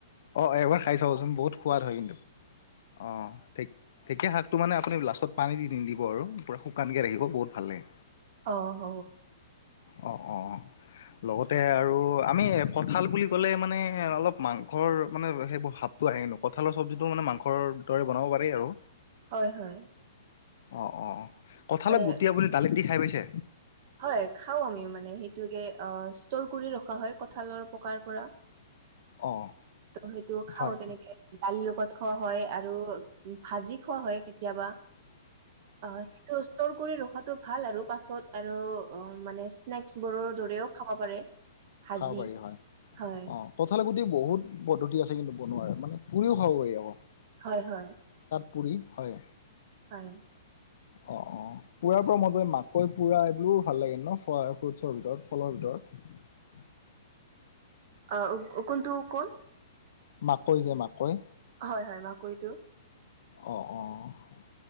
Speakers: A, on the left; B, on the right.
A: অ', এবাৰ খাই চাবচোন বহুত সোৱাদ হয় কিন্তু অ', ঠিক ঢেঁকীয়া শাকটো মানে আপুনি লাষ্টত পানী নিদিব আৰু পুৰা শুকানকে ৰাখিব বহুত ভাল লাগে
B: অ', হ
A: অ অ', লগতে আৰু আমি কঠাল বুলি ক'লে মানে অলপ মাং মাংসৰ মানে সেইবোৰ ভাৱটো আহে কঁঠালৰ চব্জিতটো মানে মাংসৰ দৰে বনাব পাৰি আৰু
B: হয়, হয়,
A: অ', অ', কঠালত
B: মানে
A: গুটি আপুনি দালিত দি খাই পাইছে
B: হয়, খাও আমি মানে সেইটে ষ্টৰ কৰি ৰখা হয় কঁঠালৰ পকাৰ পৰা
A: অ
B: ত হেয়েইটো খাও
A: হয়
B: তেনেকে দালিৰ লগত খোৱা হয়, আৰু ভাজি খোৱা হয় কেতিয়াবা অ', সেইটো বস্ত ষ্টৰ কৰি ৰখাতটো ভাল আৰু পাছত আৰু মানে স্নেক্চ বোৰৰ দৰেও খাব পাৰে ভাজি
A: খাব বাৰী হয়,
B: হয়
A: অ', কঠাল গুটি বহুত পদ্ধতি আছে কিন্তু বনোৱাৰে মানে পুৰিও খাব পাৰি আকৌ
B: হয়, হয়
A: পি হয়
B: হয়
A: অ', অ', পোৰাৰ পৰা মন প মাকৈ পুৰা এইবিলো ভাল লাগে ন ফ্ৰুটছৰ ভিতৰত ফলৰ ভিতৰত <unintelligible>
B: অ', কোনটো কোন
A: মাকৈ, যে মাকৈ
B: হয়, হয় মাকৰিটো
A: অ', অ',